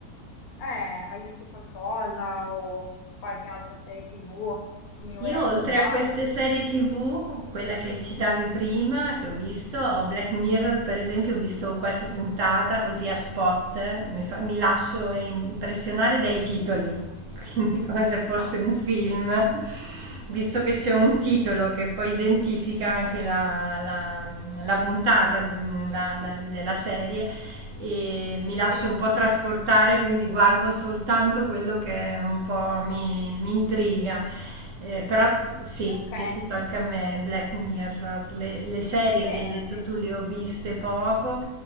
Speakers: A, on the left; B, on the right.
A: eh, hai visto qualcosa o qualche altra serie TV che mi vuoi
B: Io
A: raccontare?
B: oltre a queste serie TV, quella che citavi prima, che ho visto, ho Black Mirror per esempio, ho visto qualche puntata così a spot, mi, fa- mi lascio impressionare
A: Sì.
B: dai titoli, <laughs> quindi come se fosse
A: Esatto,
B: un film, visto che c'è un titolo che poi identifica anche la, la- la puntata mm, la- la- della serie e mi lascio
A: sì.
B: un po' trasportare, quindi guardo soltanto quello che un po' mi mi intriga. Eh, però sì,
A: Ok,
B: è piaciuto anche a me Black Mirror, le, le serie
A: bene,
B: che hai detto
A: bene.
B: tu le ho viste poco.